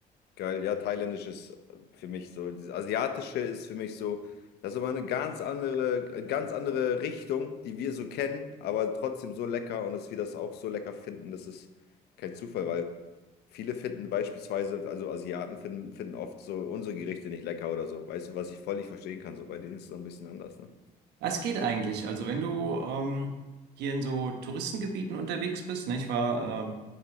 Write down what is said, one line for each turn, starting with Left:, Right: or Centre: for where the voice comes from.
Left: Geil, ja, thailändisch ist äh, für mich so, dieses asiatische ist für mich so, das ist aber eine ganz andere, äh, ganz andere Richtung, die wir so kennen, aber trotzdem so lecker und dass wir das auch so lecker finden, das ist kein Zufall, weil viele finden beispielsweise, also Asiaten finden, finden oft so unsere Gerichte nicht lecker oder so, weißt du, was ich völlig verstehen kann, so bei denen ist es so ein bisschen anders, ne?
Right: Was geht eigentlich? Also wenn du ähm, hier in so Touristengebieten unterwegs bist, ne? Ich war, ähm,